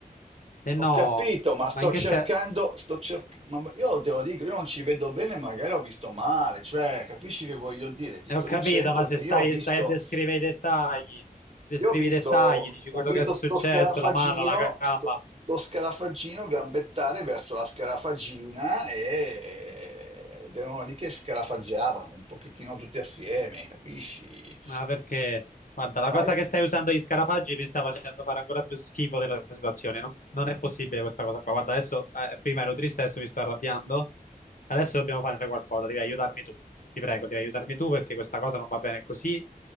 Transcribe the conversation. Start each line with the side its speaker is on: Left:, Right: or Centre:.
Left: E no,
Right: Ho capito, ma sto
Left: ma in che
Right: cercando,
Left: senso?
Right: sto cer- ma io te lo dico, io non ci vedo bene, magari ho visto male, cioè, capisci che voglio dire? Ti
Left: Eh,
Right: sto
Left: Ho capito,
Right: dicendo
Left: ma se
Right: che io
Left: stai,
Right: ho visto,
Left: stai a descrivere i dettagli, descrivi
Right: io ho visto,
Left: i dettagli, dici
Right: ho
Left: quello
Right: visto
Left: che è successo,
Right: sto scarafaggino,
Left: la mano, la gamba.
Right: sto, sto scarafaggino gambettare verso la scarafagina e... ed erano lì che scarafaggiavano un pochettino tutti assieme, capisci?
Left: Ma perché? Guarda, la
Right: Ma
Left: cosa
Right: io-
Left: che stai usando gli scarafaggi mi sta facendo fare ancora più schifo della situazione. Non, non è possibile questa cosa qua. Guarda, adesso eh, prima ero triste, adesso mi sto arrabbiando. Adesso dobbiamo fare qualcosa. Devi aiutarmi tu. Ti prego, devi aiutarmi tu perché questa cosa non va bene così.